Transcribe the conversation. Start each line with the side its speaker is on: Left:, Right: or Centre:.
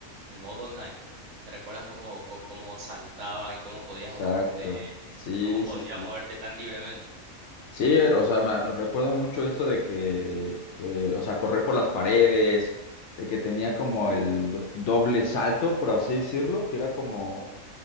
Right: en modo online? ¿Te recuerdas cómo, co- cómo saltaban y cómo podías
Left: exacto.
Right: moverte,
Left: Sí,
Right: cómo podías
Left: sí, sí.
Right: moverte tan libremente?
Left: Sí, er, o sea, me recuerdo mucho esto de que, fue- o sea, correr por las paredes, de que tenía como el do- doble salto, por así decirlo, que era como,